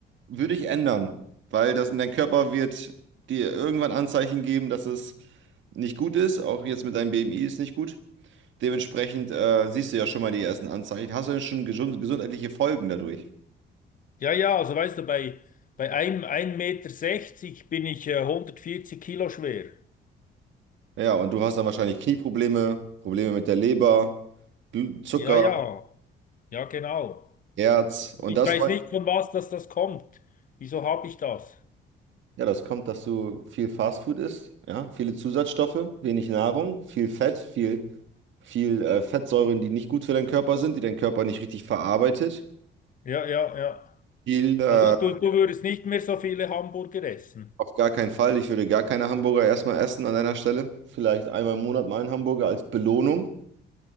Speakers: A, on the right (about 70°); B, on the left (about 45°).
A: würde ich ändern, weil das in dein Körper wird dir irgendwann Anzeichen geben, dass es nicht gut ist. Auch jetzt mit deinem BMI ist nicht gut. Dementsprechend äh, siehst du ja schon mal die ersten Anzeichen. Hast du denn schon gesund gesundheitliche Folgen dadurch?
B: Ja, ja, also weißt du, bei, bei einem ein Meter sechzig bin ich äh, 140 Kilo schwer.
A: Ja, und du hast dann wahrscheinlich Knieprobleme, Probleme mit der Leber, Bl- Zucker,
B: Ja, ja, ja, genau.
A: Herz und
B: Ich
A: das
B: weiß nicht, von was das, das kommt. Wieso habe ich das?
A: Ja, das kommt, dass du viel Fastfood isst, ja, viele Zusatzstoffe, wenig Nahrung, viel Fett, viel, viel äh, Fettsäuren, die nicht gut für deinen Körper sind, die dein Körper nicht richtig verarbeitet.
B: Ja, ja, ja.
A: Viel, äh,
B: Also du, du würdest nicht mehr so viele Hamburger essen.
A: auf gar keinen Fall. Ich würde gar keine Hamburger erstmal essen an deiner Stelle. Vielleicht einmal im Monat mal einen Hamburger als Belohnung.